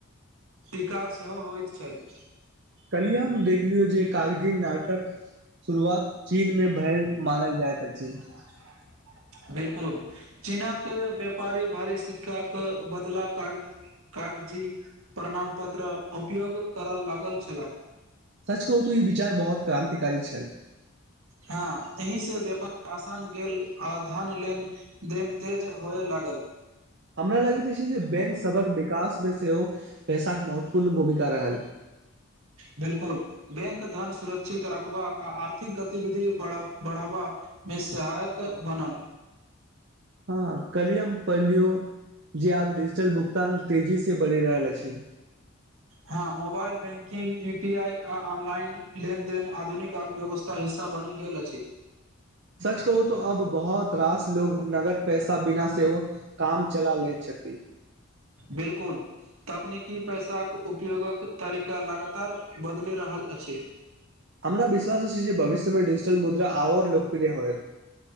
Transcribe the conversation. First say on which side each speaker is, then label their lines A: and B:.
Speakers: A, on the right; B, on the right.
A: टिकाउ सेहो होयत छल
B: कल्हि मे देखलियो जे कागजी नाटक शुरुआत चीन मे भेल मानल जाएत छी
A: <unintelligible> बिल्कुल चीनक व्यापारी भारी सिक्काके बदला क कागजी प्रणामपत्र उपयोग करय लागल छलाह
B: सच कहू तऽ ई विचार बहुत क्रान्तिकारी छल
A: हँ एहि से व्यापार आसान गेल आ धान लेन देन तेज होये लागल
B: हमरा लगैत अछि छै जे बेंक सभक विकास मे सेहो पैसाके महत्वपूर्ण भूमिका रहल
A: बिल्कुल बेंक धन सुरक्षित रखबा आ आर्थिक गतिविधि बढ़ावा मे सहायक बनल
B: हँ कल्हि हम पढ़लियो जे आब डिजिटल भुगतान तेजी से बढ़ि रहल अछि
A: हँ mobile banking E P I आ आनलाइन लेनदेन आधुनिक अर्थव्यवस्था हिस्सा बनि गेल अछि
B: सच कहू त अब बहुत रास लोग नगद पैसे सब बिना सेहो काम चला लैत छथि
A: बिल्कुल तकनीकी पैसाक उपयोगक तरीका लगातार बदलि रहल अछि
B: हमरा विश्वास अ छी जे भविष्यमे डिजिटल मुद्रा आओर ल लोकोप्रिय होयत